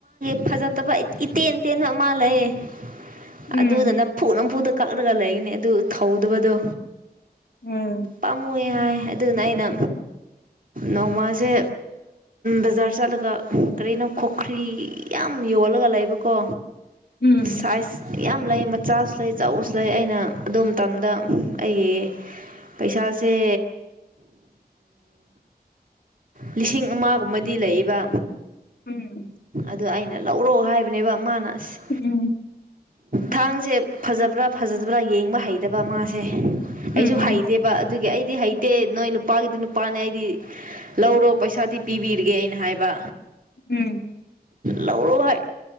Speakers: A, on the right (about 55°); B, on the left (about 85°).
A: ꯐꯖꯠꯇꯕ ꯏꯇꯦꯟ ꯇꯦꯟꯕ ꯑꯃ ꯂꯩ
B: ꯎꯝ
A: ꯑꯗꯨꯗ ꯅꯝꯐꯨ ꯅꯝꯐꯨꯗ ꯀꯛꯂꯒ ꯂꯩꯅꯦ ꯑꯗꯨ ꯊꯧꯗꯕꯗꯣ
B: ꯎꯝ
A: ꯄꯥꯝꯃꯨ ꯍꯥꯏ ꯑꯗꯨꯅ ꯑꯩꯅ ꯅꯣꯡꯃꯁꯦ ꯕꯖꯥꯔ ꯆꯠꯂꯒ ꯀꯔꯤꯅꯣ ꯈꯨꯈ꯭ꯔꯤ ꯌꯥꯝ ꯌꯣꯜꯂꯒ ꯂꯩꯕꯀꯣ
B: ꯎꯝ ꯎꯝ
A: ꯁꯥꯏꯖ ꯌꯥꯝ ꯂꯩ ꯃꯆꯥꯁꯨ ꯂꯩ ꯆꯥꯎꯁꯨ ꯂꯩ ꯑꯩꯅ ꯑꯗꯨ ꯃꯇꯝꯗ ꯑꯩꯒꯤ ꯄꯩꯁꯥꯁꯦ ꯂꯤꯁꯤꯡ ꯑꯃꯒꯨꯝꯕꯗꯤ ꯂꯩꯕ
B: ꯎꯝ
A: ꯑꯗ ꯑꯩꯅ ꯂꯧꯔꯛ ꯍꯥꯏꯕꯅꯦꯕ ꯃꯥꯅ ꯑꯁ
B: ꯎꯝ
A: ꯊꯥꯡꯁꯦ ꯐꯖꯕ꯭ꯔꯥ ꯐꯖꯕ꯭ꯔꯥ ꯌꯦꯡꯕ ꯍꯩꯇꯕ ꯃꯥꯁꯦ ꯑꯩꯁꯨ
B: ꯎꯝ
A: ꯍꯩꯇꯦꯕ ꯑꯗꯨꯒꯤ ꯑꯩꯗꯤ ꯍꯩꯇꯦ ꯅꯣꯏ ꯅꯨꯄꯥꯒꯤꯗꯤ ꯅꯨꯄꯥꯅꯦ ꯑꯩꯗꯤ ꯂꯧꯔꯣ ꯄꯩꯁꯥꯗꯤ ꯄꯤꯕꯤꯔꯒꯦ ꯑꯩꯅ ꯍꯥꯏꯕ
B: ꯎꯝ
A: ꯂꯧꯔꯣ ꯍꯥꯏ